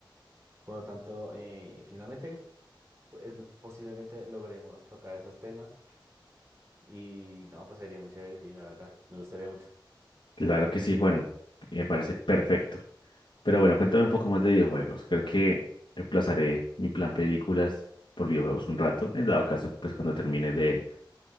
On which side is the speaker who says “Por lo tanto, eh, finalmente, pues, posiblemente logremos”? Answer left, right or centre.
Right